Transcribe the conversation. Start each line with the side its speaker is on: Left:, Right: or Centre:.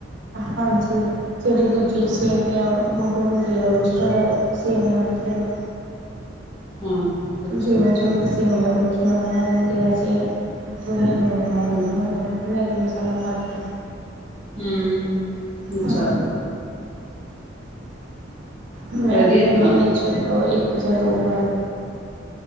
Right: ਹਾਂਜੀ। ਜਿਹੜੀ ਦੂਜੀ ਸੇਵੀਆਂ ਮਾਗੁ ਹੁੰਦੀ ਹੈ ਰੋਸਟਡ ਸੇਵੀਆਂ ਹੁੰਦੀਆਂ ਨੇ।
Left: ਹਾਂ। ਅੱਛਾ
Right: ਜਿਵੇਂ-ਜਿਵੇਂ ਸੇਵੀਆਂ ਮਿੱਠੀਆਂ ਬਣਾ ਲੈਂਦੇ ਅਸੀਂ ਥੋੜ੍ਹੀਆਂ ਲੂਣ ਮ
Left: ਹਾਂਜੀ
Right: ਲੂਣ ਲੈਗੀ ਮਸ਼ਾਲਾ ਪਾ ਕੇ।
Left: ਹੂੰ, ਅੱਛਾ।
Right: ਹਾਂ ਮੈਂਗੀ
Left: ਵਧੀਆ
Right: ਤਾਂ
Left: ਆਪਣਾ
Right: ਮਹੀਨੇ ਚ ਇੱਕਵਾ ਇੱਕ ਜਾ ਦੋ ਬਾਰ।